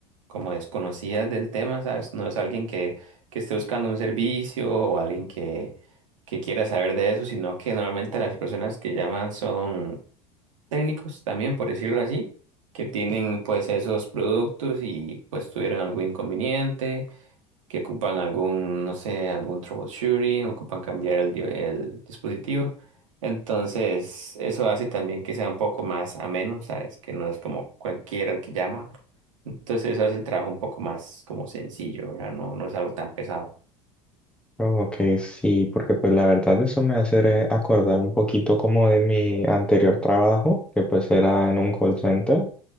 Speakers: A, on the right; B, in the centre.
A: como desconocidas del tema, ¿sabes? No es alguien que, que esté buscando un servicio o alguien que, que quiera saber de eso, sino que normalmente las personas que llaman son técnicos también, por decirlo así, que tienen pues esos productos y pues tuvieron algún inconveniente que ocupan algún, no sé, algún troubleshooting, ocupan cambiar el, di- el dispositivo. Entonces, eso hace también que sea un poco más ameno, ¿sabes? Que no es como cualquiera el que llama. Entonces, eso hace el trabajo un poco más como sencillo, ¿verdad? No, no es algo tan pesado.
B: Oh, Ok, sí, porque pues la verdad eso me hace re- acordar un poquito como de mi anterior trabajo, que pues era en un call center.